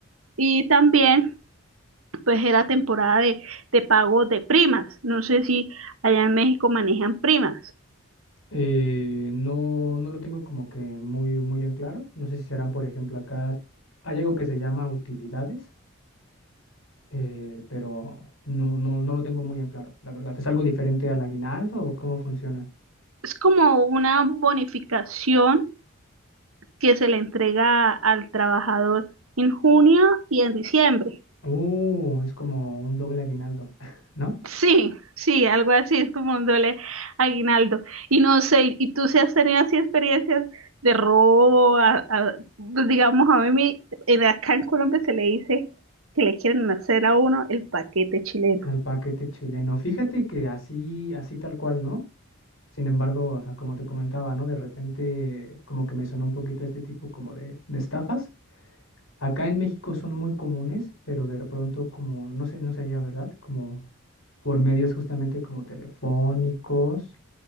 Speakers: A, on the right; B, on the left.
A: Y también, pues era temporada de, de pago de primas. No sé si allá en México manejan primas.
B: Eh, no, no lo tengo como que muy, muy en claro. No sé si serán, por ejemplo, acá hay algo que se llama utilidades, eh, pero no, no, no lo tengo muy en claro, la verdad. ¿Es algo diferente al aguinaldo o cómo funciona?
A: Es como una bonificación que se le entrega al trabajador en junio y en diciembre.
B: Uh, es como un doble aguinaldo, <laughs> ¿no?
A: Sí, sí, algo así, es como un doble aguinaldo. Y no sé, ¿y tú si has tenido así experiencias de robo? A- a- pues digamos, a mí me- en- acá en Colombia se le dice que le quieren hacer a uno el paquete chileno.
B: El paquete chileno. Fíjate que así, así tal cual, ¿no? Sin embargo, o sea, como te comentaba, ¿no? De repente como que me sonó un poquito este tipo como de, de estafas. Acá en México son muy comunes, pero de pronto como, no sé, no sé allá, ¿verdad? Como por medios justamente como telefónicos